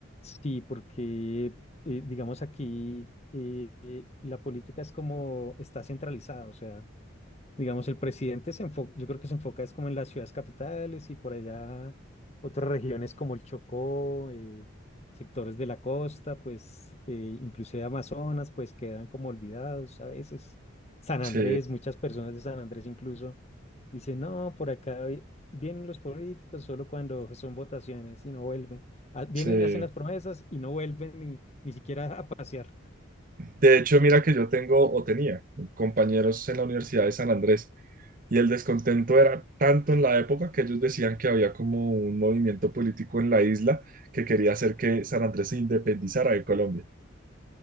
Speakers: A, on the left; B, on the right.
A: Sí, porque eh, digamos aquí eh, eh, la política es como está centralizada, o sea, Digamos, el presidente se enfoca, yo creo que se enfoca es como en las ciudades capitales y por allá otras regiones como el Chocó, eh, sectores de la costa, pues eh, inclusive Amazonas, pues quedan como olvidados a veces. San Andrés,
B: Sí,
A: muchas personas de San Andrés incluso dicen, no, por acá vi- vienen los políticos solo cuando son votaciones y no vuelven. Ah, Vienen
B: sí.
A: y hacen las promesas y no vuelven ni, ni siquiera <laughs> a pasear.
B: De hecho, mira que yo tengo o tenía compañeros en la Universidad de San Andrés y el descontento era tanto en la época que ellos decían que había como un movimiento político en la isla que quería hacer que San Andrés se independizara de Colombia.